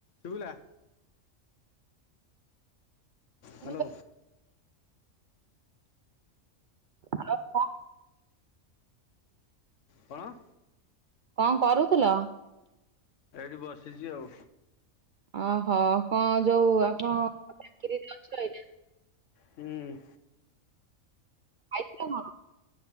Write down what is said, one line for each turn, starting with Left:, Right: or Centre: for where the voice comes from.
Left: ଶୁଭିଲା?
Right: କୁଣି
Left: ହ୍ୟାଲୋ
Right: ପାଇଁ ହଲ କ
Left: କଣ?
Right: କଣ କରୁଥିଲ?
Left: ଏଇଠି ବସିଛି ଆଉ,
Right: ଓହୋ କଣ ଯୋଉ ଆପଣ ଚାକିରିରେ ଅଛ ଏଇନା
Left: ହୁଁ।
Right: ଆଇପ କ <unintelligible>